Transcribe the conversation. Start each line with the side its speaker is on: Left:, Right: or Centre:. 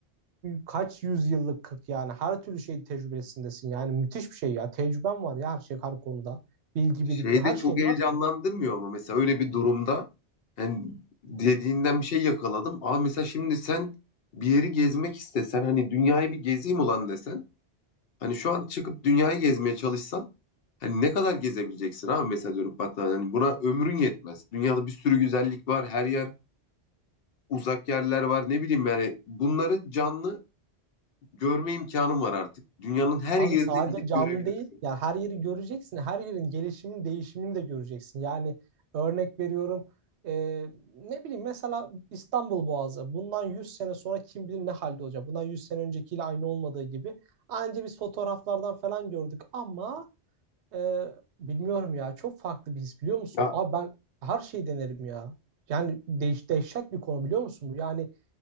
Right: kaç yüzyıllık 40 yani her türlü şeyin tecrübesindesin. Yani müthiş bir şey ya. Tecrüben var ya her şey her konuda. Bilgi
Left: şey
Right: birikimi her
Left: de çok
Right: şeyin
Left: heyecanlandırmıyor
Right: var ki.
Left: ama mesela öyle bir durumda hani dediğinden bir şey yakaladım. Aa mesela şimdi sen bir yeri gezmek istesen hani dünyayı bir gezeyim ulan desen hani şu an çıkıp dünyayı gezmeye çalışsan hani ne kadar gezebileceksin abi mesela dönüp baktığında hani buna ömrün yetmez. Dünyada bir sürü güzellik var. Her yer uzak yerler var. Ne bileyim yani bunları canlı görme imkanım var artık. Dünyanın her
Right: Abi
Left: yerine
Right: sadece
Left: gidip
Right: canlı
Left: görebilirsin.
Right: değil, ya her yeri göreceksin, her yerin gelişimin, değişimini de göreceksin. Yani örnek veriyorum, e, ne bileyim mesela İstanbul Boğazı, bundan 100 sene sonra kim bilir ne halde olacak. Bundan 100 sene öncekiyle aynı olmadığı gibi. Anca biz fotoğraflardan falan gördük ama e, bilmiyorum ya, çok farklı bir his biliyor musun?
Left: Ya
Right: Abi ben her şeyi denerim ya. Yani deh dehşet bir konu biliyor musun bu? Yani